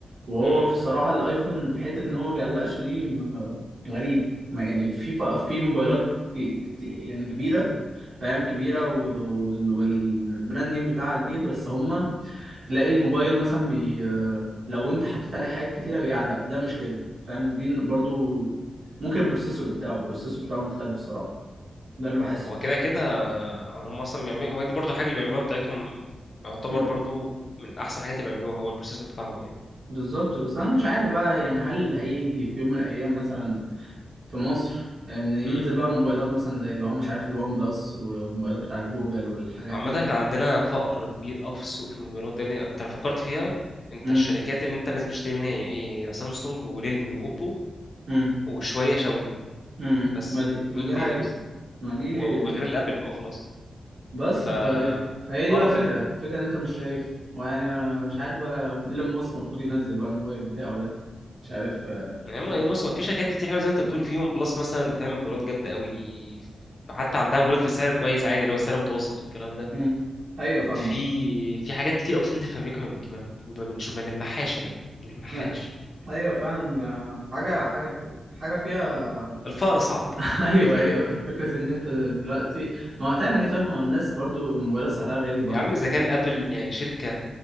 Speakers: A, on the right; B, on the left.
A: وهو
B: امم
A: في الصراحه الايفون في حته ان هو ما بيعلقش دي ما- غريب ما يعني في ف- في موبايلات ك- كت- يعني كبيره فاهم كبيره و- وال- والبراند نيم بتاعها كبير بس هما تلاقي الموبايل مثلا بي لو انت حطيت عليه حاجات كتيره بيعلق ده مش كده فاهم دي برضو ممكن البروسيسور بتاعه البروسيسور بتاعه مختلف الصراحه ده اللي بحسه
B: هو كده كده هم أصلا بيعملوا هو دي برضو الحاجة اللي بيعملوها بتاعتهم يعتبر
A: مم.
B: برضو من أحسن حاجات اللي بيعملوها هو البروسيسور بتاعهم
A: بالظبط بس انا مش عارف بقى يعني هل هيجي في يوم من الايام مثلا في مصر ان ينزل
B: يعني
A: بقى موبايلات مثلا زي اللي هو مش عارف الوان بلس والموبايلات بتاعت جوجل والحاجات
B: عامة
A: دي
B: احنا عندنا فقر كبير أوي في السوق في الموبايلات ده يا ابني انت لو فكرت فيها انت
A: امم
B: الشركات اللي انت الناس بتشتري منها هي ايه هي سامسونج وريلمي واوبو
A: امم
B: وشوية شاومي
A: امم
B: بس
A: ما دي ما
B: مين
A: دي
B: تاني
A: حقيقة
B: اصلا
A: ما دي
B: و- وغير
A: دي-
B: الابل بقى خلاص
A: بس
B: ف
A: فدي فهي دي
B: قرف
A: بقى الفكرة
B: يعني
A: الفكرة ان انت مش شايف ويعني انا مش عارف بقى ايلون ماسك المفروض ينزل بقى الموبايل بتاعه ده مش عارف آه،
B: يعني ما-
A: يعني.
B: بص هو في شركات كتير حلوة زي ما انت بتقول في ون بلس مثلا بتعمل موبايلات جامدة أوي حتى عندها موبايلات في سعر كويس عادي اللي هو سعر متوسط والكلام ده
A: مم. ايوه فاهمك
B: في في حاجات كتير أوي بتنزل في أمريكا ما بتجيبها ما بنشوف من المحاش هنا من المحاش
A: لا، ايوه فعلا يا- حاجة حاجة حاجة فيها
B: الفقر صعب
A: ايوه
B: <laughs>
A: ايوه فكره ان انت دلوقتي ما هو هتعمل ايه طيب ما هو الناس برضو الموبايلات سعرها غالي برضو
B: يا عم اذا كان ابل يعني شركه